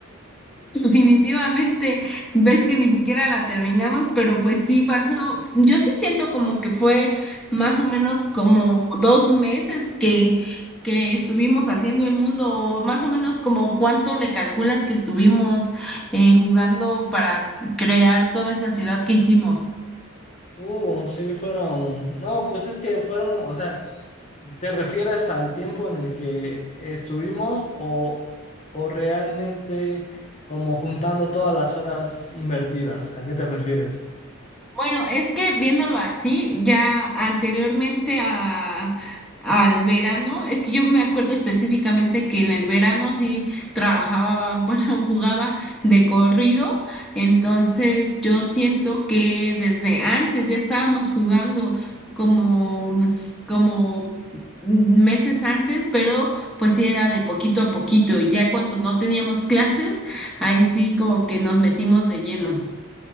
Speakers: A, in the centre; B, on the left.
A: Definitivamente, ves que ni siquiera la terminamos, pero pues sí pasó. Yo sí siento como que fue más o menos como dos meses que, que estuvimos haciendo el mundo, o más o menos como cuánto le calculas que estuvimos eh, jugando para crear toda esa ciudad que hicimos.
B: Uh, sí, fueron, no, pues es que fueron, o sea, ¿Te refieres al tiempo en el que estuvimos o, o realmente como juntando todas las horas invertidas? ¿A qué te refieres?
A: Bueno, es que viéndolo así, ya anteriormente a, al verano, es que yo me acuerdo específicamente que en el verano sí trabajaba, bueno, <laughs> jugaba de corrido, entonces yo siento que desde antes ya estábamos jugando como, como meses antes, pero pues sí era de poquito a poquito y ya cuando no teníamos clases, ahí sí como que nos metimos de lleno.